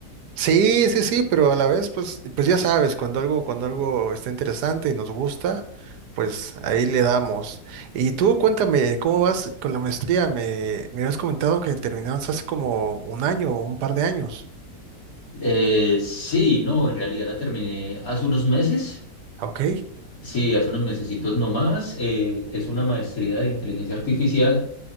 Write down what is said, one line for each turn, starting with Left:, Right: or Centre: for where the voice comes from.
Right: Sí, sí, sí, pero a la vez, pues, pues ya sabes, cuando algo, cuando algo está interesante y nos gusta, pues ahí le damos. Y tú cuéntame, ¿cómo vas con la maestría? Me, me habías comentado que terminaste hace como un año o un par de años.
Left: Eh, sí, no, en realidad la terminé hace unos meses,
Right: Ok,
Left: sí, hace unos mesecitos nomás, eh, es una maestría de inteligencia artificial,